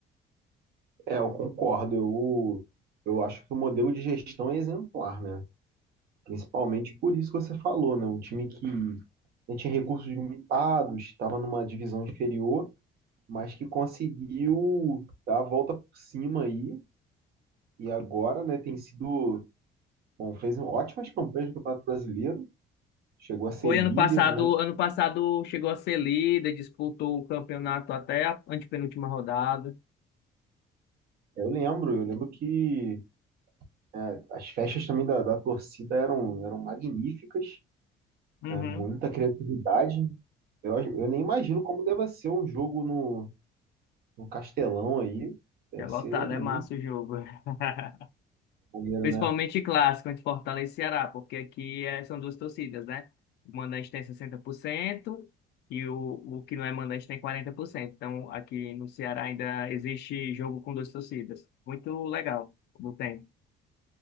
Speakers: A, on the right; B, on the left.
A: é, eu concordo. Eu, eu acho que o modelo de gestão é exemplar, né? Principalmente por isso que você falou, né? Um time que não tinha recursos limitados, estava numa divisão inferior, mas que conseguiu dar a volta por cima aí. E agora, né, tem sido. Bom, fez um ótimas campanhas no Campeonato Brasileiro, chegou a ser
B: Foi
A: líder,
B: ano passado,
A: né?
B: ano passado chegou a ser líder, disputou o campeonato até a antepenúltima rodada.
A: Eu lembro, eu lembro que É, As festas também da, da torcida eram, eram magníficas,
B: Uhum.
A: né? Muita criatividade. Eu, acho- eu nem imagino como deve ser um jogo no, no Castelão aí. Deve
B: É lotado,
A: ser muito
B: é massa o jogo. <laughs>
A: maneiro,
B: Principalmente
A: né?
B: clássico entre Fortaleza e Ceará, porque aqui é- são duas torcidas, né? O mandante tem 60% e o, o que não é mandante tem 40%. Então aqui no Ceará ainda existe jogo com duas torcidas. Muito legal, como tem.